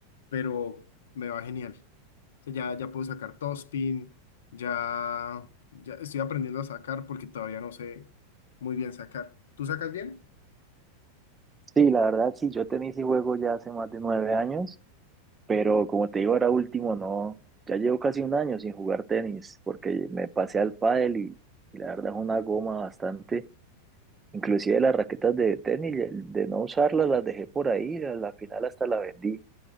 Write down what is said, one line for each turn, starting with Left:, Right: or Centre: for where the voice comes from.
Left: pero me va genial. O sea, ya, ya puedo sacar topspin, ya, ya estoy aprendiendo a sacar porque todavía no sé muy bien sacar. ¿Tú sacas bien?
Right: Sí, la verdad, sí, yo tenis y juego ya hace más de nueve años, pero como te digo, ahora último no, ya llevo casi un año sin jugar tenis, porque me pasé al pádel y, y la verdad es una goma bastante, inclusive las raquetas de tenis, de no usarlas las dejé por ahí, a la final hasta la vendí,